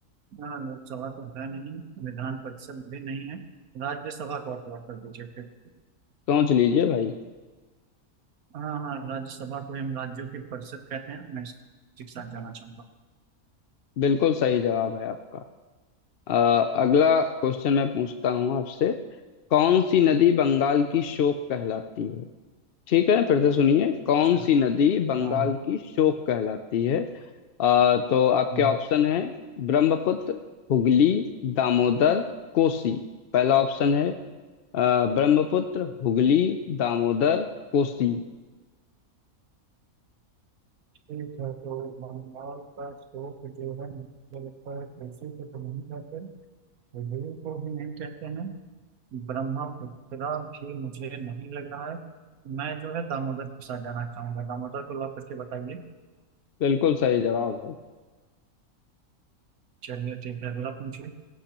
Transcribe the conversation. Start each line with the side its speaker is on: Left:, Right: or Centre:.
Right: हाँ लोकसभा तो है नहीं विधान परिषद भी नहीं है राज्यसभा को आप अलॉट कर दीजिए फिर
Left: सोच लीजिए भाई
Right: हाँ हाँ राज्यसभा को हम राज्यों की परिषद कहते हैं मैं इसके साथ जाना चाहूंगा
Left: बिल्कुल सही जवाब है आपका अ, अगला क्वेश्चन मैं पूछता हूँ आपसे कौन सी नदी बंगाल की शोक कहलाती है ठीक है फिर से सुनिए कौन
Right: अच्छा
Left: सी नदी बंगाल
Right: हाँ
Left: की शोक कहलाती है आ, तो आपके
Right: हाँ।
Left: ऑप्शन है ब्रह्मपुत्र हुगली दामोदर कोसी पहला ऑप्शन है आ, ब्रह्मपुत्र हुगली दामोदर कोसी
Right: ठीक है तो बंगाल का स्रोत जो है मुझे लगता है तुलसी को तो नहीं कहते हृदय को भी नहीं कहते हैं ब्रह्मपुत्रा भी मुझे नहीं लग रहा है मैं जो है दामोदर के साथ जाना चाहूंगा दामोदर को लॉक करके बताइए
Left: बिल्कुल सही जवाब है
Right: चलिए ठीक है अगला पूछिए